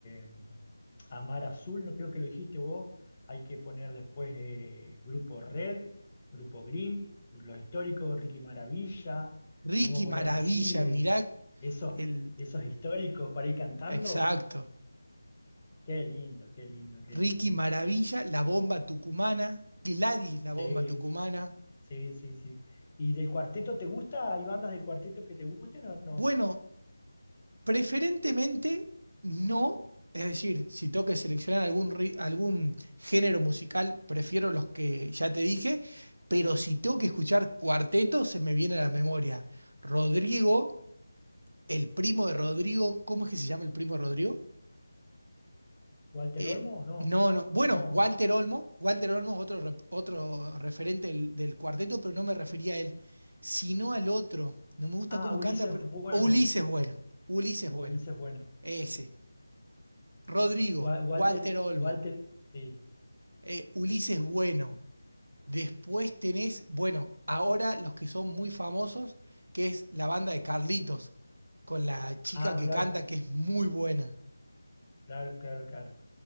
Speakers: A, on the left; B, on the right.
A: eh, Amar Azul. No creo que lo dijiste vos. Hay que poner después eh, Grupo Red, Grupo Green, los históricos, Ricky Maravilla.
B: Ricky
A: Podemos poner
B: Maravilla,
A: el CIDE.
B: mirá
A: Esos,
B: el...
A: esos históricos para ir cantando.
B: Exacto.
A: Qué lindo, qué lindo, qué
B: Ricky
A: lindo.
B: Maravilla, La Bomba Tucumana, Gladys, La Bomba
A: Sí.
B: Tucumana.
A: Sí, sí, sí. ¿Y del cuarteto te gusta? ¿Hay bandas del cuarteto que te gusten o no?
B: Bueno, Preferentemente no, es decir, si tengo que seleccionar algún, ri- algún género musical, prefiero los que ya te dije, pero si tengo que escuchar cuarteto, se me viene a la memoria. Rodrigo, el primo de Rodrigo, ¿cómo es que se llama el primo de Rodrigo?
A: ¿Walter
B: El,
A: Olmo? No.
B: no, no, bueno,
A: No.
B: Walter Olmo, Walter Olmo es otro, rep- otro referente del, del cuarteto, pero no me refería a él, sino al otro. No me gusta
A: Ah,
B: cómo
A: Ulises
B: canta, pero
A: Bueno.
B: o Ulises Bueno, Ulises Bueno,
A: Ulises Bueno.
B: ese. Rodrigo,
A: Wa- Walter,
B: Walter Olmo,
A: Walter, sí.
B: eh, Ulises Bueno. Después tenés, bueno, ahora los que son muy famosos, que es la banda de Carlitos, con la chica
A: Ah,
B: que
A: claro,
B: canta, que es muy buena.
A: claro, claro, claro.